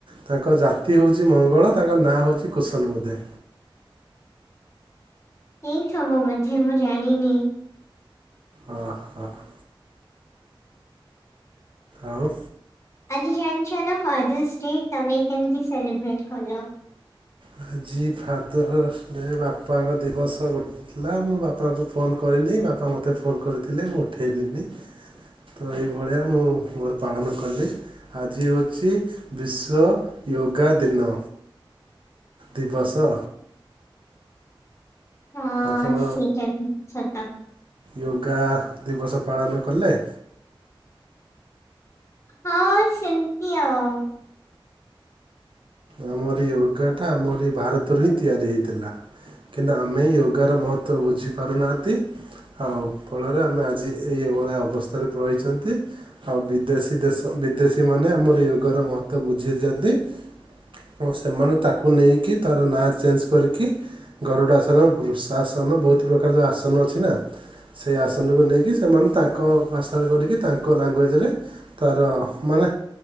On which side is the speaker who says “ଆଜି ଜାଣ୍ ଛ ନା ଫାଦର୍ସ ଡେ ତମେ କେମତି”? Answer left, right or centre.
Left